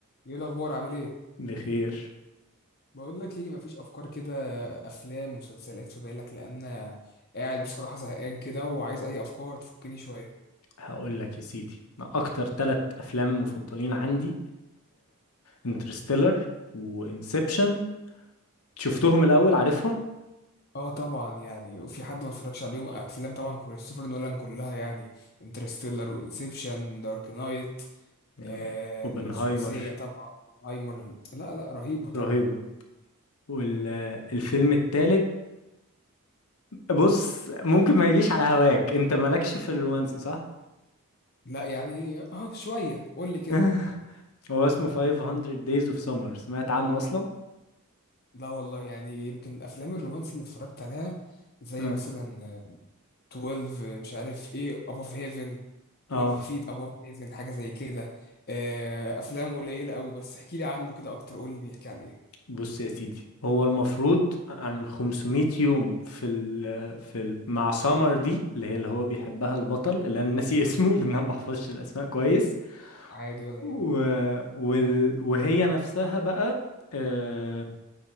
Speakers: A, on the left (about 45°); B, on the left (about 75°).
A: ايه الاخبار عامل ايه
B: بخير
A: بقول لك ايه مفيش افكار كده افلام مسلسلات في بالك لان قاعد بصراحه زهقان كده وعايز اي افكار تفكني شويه
B: هقول لك يا سيدي انا اكتر ثلاث افلام مفضلين عندي انترستيلر وانسبشن شفتهم الاول عارفهم
A: اه طبعا يعني وفي حد ما اتفرجش عليهم افلام طبعا كريستوفر نولان كلها يعني انترستيلر وانسبشن دارك نايت
B: يا
A: آه
B: اوبنهايمر
A: ثلاثيه طبعا هايمر لا لا رهيبه طبعا
B: رهيبه والفيلم الثالث بص ممكن ما يجيش على هواك انت مالكش في الرومانسي صح
A: لا يعني اه شويه قول لي كده
B: <laughs> هو اسمه 500 Days of Summer سمعت عنه اصلا
A: لا والله يعني يمكن الافلام الرومانسي اللي اتفرجت عليها زي
B: اه
A: مثلا 12 مش عارف ايه above heaven
B: آه.
A: 12 feet above heaven حاجة زي كده آه، افلام قليلة قوي بس احكي لي عنه كده اكتر قول لي بيحكي عن ايه
B: بص يا سيدي هو المفروض عن 500 يوم في ال في ال مع سامر دي اللي هي اللي هو بيحبها البطل اللي انا <laughs> ناسي اسمه لان انا ما بحفظش الاسماء كويس
A: عادي ولا
B: و
A: يهم
B: وال وهي نفسها بقى آه،